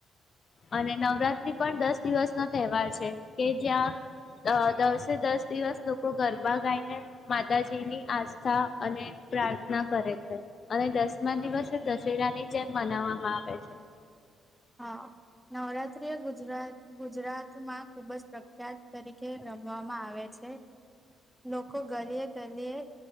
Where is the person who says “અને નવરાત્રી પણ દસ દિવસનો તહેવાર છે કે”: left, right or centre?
Left